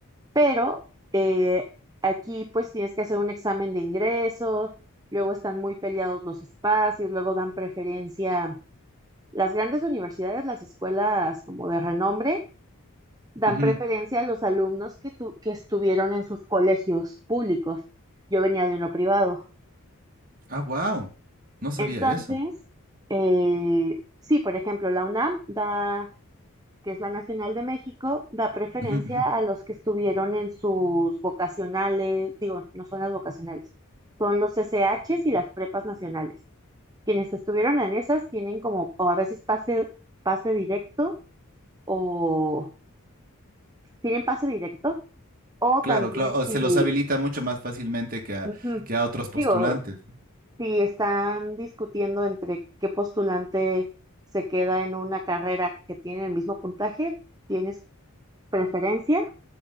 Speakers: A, on the right; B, on the right.
A: pero eh, aquí pues tienes que hacer un examen de ingreso, luego están muy peleados los espacios, luego dan preferencia Las grandes universidades, las escuelas como de renombre, dan
B: Ujú.
A: preferencia a los alumnos que, tu- que estuvieron en sus colegios públicos. Yo venía de uno privado.
B: Ah, wow. No sabía
A: Entonces,
B: eso.
A: eh, sí, por ejemplo, la UNAM da, que es la Nacional de México, da preferencia
B: Ujú, ujú.
A: a los que estuvieron en sus vocacionales, digo, no son las vocacionales, son los SHs y las prepas nacionales. Quienes estuvieron en esas tienen como, o a veces pase, pase directo o tienen pase directo o
B: Claro,
A: también
B: claro, o se
A: si,
B: los habilita mucho más fácilmente que a,
A: ujú,
B: que a otros postulantes.
A: digo, si están discutiendo entre qué postulante se queda en una carrera que tiene el mismo puntaje, ¿tienes preferencia